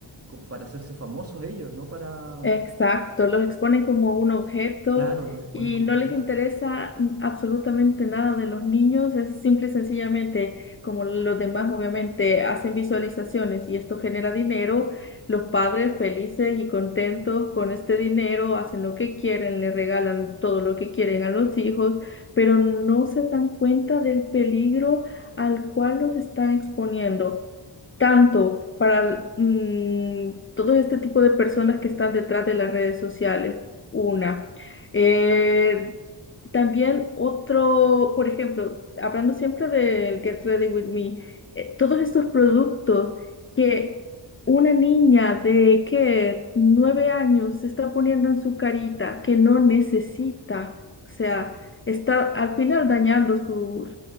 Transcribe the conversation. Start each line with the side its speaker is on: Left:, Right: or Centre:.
Right: co- para hacerse famosos ellos, no para,
Left: Exacto, los exponen como un objeto
Right: claro, los exponen
Left: y
Right: como
Left: no
Right: objetos.
Left: les interesa absolutamente nada de los niños, es simple y sencillamente, como los demás obviamente hacen visualizaciones y esto genera dinero, los padres felices y contentos con este dinero hacen lo que quieren, le regalan todo lo que quieren a los hijos, pero no se dan cuenta del peligro al cual los están exponiendo tanto para mm, todo este tipo de personas que están detrás de las redes sociales. Una. Eh, también otro, por ejemplo, hablando siempre del Get Ready With Me, eh, todos estos productos que una niña de que nueve años se está poniendo en su carita que no necesita, o sea, está al final dañando su,